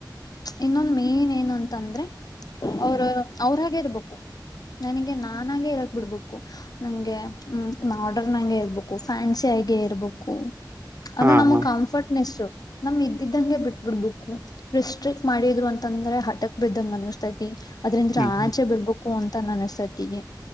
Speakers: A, on the left; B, on the right.
A: ಇನ್ನೊಂದ್ ಮೇನ್ ಏನು ಅಂತ ಅಂದ್ರೆ ಅವರು ಅವ್ರಾಗೆ ಇರ್ಬೇಕು ನನಗೆ ನಾನಾಗೆ ಇರಕ್ ಬಿಡ್ಬೇಕು ನಂಗೆ ಮಾಡ್ರನ್ನಂಗೆ ಇರ್ಬೇಕು ಫ್ಯಾನ್ಸಿ ಆಗೇ ಇರ್ಬೇಕು ಅದು
B: ಹಾ
A: ನಮ್ಮ
B: ಹಾ
A: ಕಂಫರ್ಟ್ನೆಸ್ ನಮ್ ಇದ್ದಿದ್ದಂಗೆ ಬಿಟ್ಬಿಡ್ಬುಕ್ಕು ರಿಸ್ಟ್ರಿಕ್ಟ್ ಮಾಡಿದ್ರು ಅಂತಂದ್ರೆ ಹಟಕ್ ಬಿದ್ದಂಗ ಅನ್ಸ್ತೈತಿ ಅದ್ರಿಂದ್ರ
B: ಹ್ಮ್
A: ಆಚೆ ಬಿಡ್ಬೇಕ್ ಕೂ ಅಂತ ನನಸ್ಸತ್ತಿಗೆ